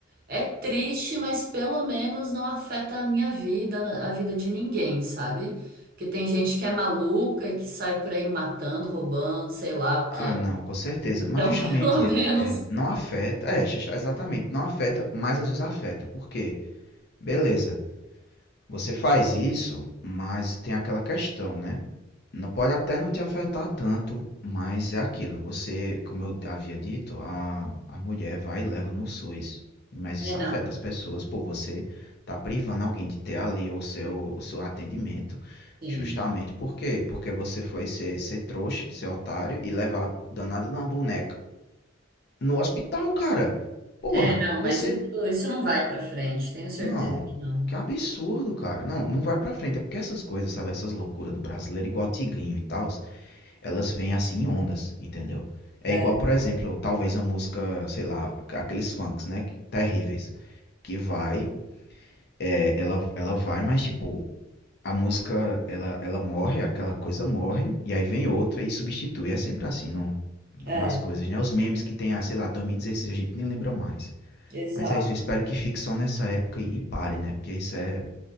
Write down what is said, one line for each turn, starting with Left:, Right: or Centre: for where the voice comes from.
Right: é triste, mas pelo menos não afeta a minha vida, a vida de ninguém, sabe? Porque tem gente que é maluca e que sai por aí matando, roubando, sei lá o
Left: Ah,
Right: quê.
Left: não, com certeza.
Right: Então,
Left: Mas justamente
Right: <laughs> pelo menos.
Left: é, não afeta. É, ju- exatamente. Não afeta, mas às vezes afeta. Por quê? Beleza. Você faz isso, mas tem aquela questão, né? Não pode até não te afetar tanto, mas é aquilo. Você, como eu havia dito, a, a mulher vai e leva no SUS. Mas
Right: É,
Left: isso
Right: não.
Left: afeta as pessoas, pô, você tá privando alguém de ter ali o seu, o seu atendimento.
Right: Sim.
Left: Justamente por quê? Porque você foi ser, ser trouxa, ser otário e levar a danada numa boneca. No hospital, cara. Porra,
Right: É, não, mas
Left: você
Right: isso, isso não vai pra frente, tenho certeza
Left: não,
Right: que não.
Left: que absurdo, cara. Não, não vai pra frente. É porque essas coisas, sabe? Essas loucuras do brasileiro, igual Tigrinho e tal, elas vêm assim em ondas, entendeu? É
Right: É,
Left: igual, por exemplo, talvez a música, sei lá, aqueles funks, né? que- Terríveis. Que vai, é, ela, ela vai, mas tipo, a música, ela, ela morre, aquela coisa morre, e aí vem outra e substitui. É sempre assim no,
Right: é,
Left: nas coisas, né? Os memes que tem, ah, sei lá, 2016, a gente nem lembra mais.
Right: exato.
Left: Mas é isso, eu espero que fique só nessa época e, e pare, né? Porque isso é